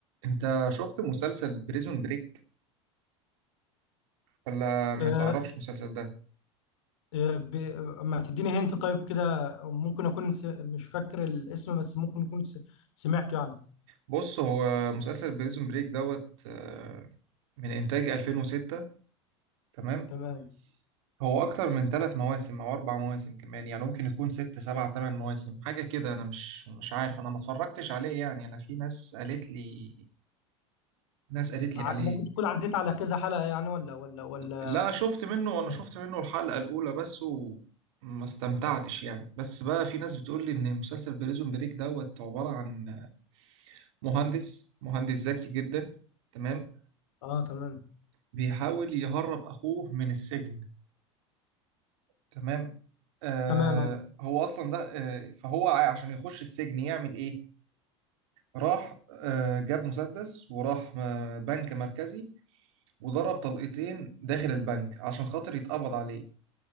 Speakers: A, on the right; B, on the left.
A: انت شفت مسلسل بريزون بريك ولا ما
B: آه،
A: تعرفش المسلسل ده
B: آه، ب... ما تديني هنت طيب كده ممكن اكون س... مش فاكر الاسم بس ممكن اكون س... سمعته يعني
A: بص هو مسلسل بريزون بريك دوت آه، من انتاج 2006 تمام
B: تمام
A: هو اكتر من ثلاث مواسم او اربع مواسم كمان يعني ممكن يكون ست سبع ثمان مواسم حاجه كده انا مش مش عارف انا ما اتفرجتش عليه يعني انا في ناس قالت لي ناس قالت لي
B: ع...
A: عليه
B: ممكن تكون عديت على كذا حلقة يعني ولا ولا ولا
A: لا شفت منه انا
B: اه,
A: شفت منه الحلقه الاولى بس وما استمتعتش يعني بس بقى في ناس بتقول لي ان مسلسل بريزون بريك دوت عباره عن مهندس مهندس ذكي جدا تمام
B: آه تمام
A: بيحاول يهرب اخوه من السجن تمام آه
B: تمام اه
A: هو اصلا ده آه فهو ع- عشان يخش السجن يعمل ايه راح آه جاب مسدس وراح آه بنك مركزي وضرب طلقتين داخل البنك عشان خاطر يتقبض عليه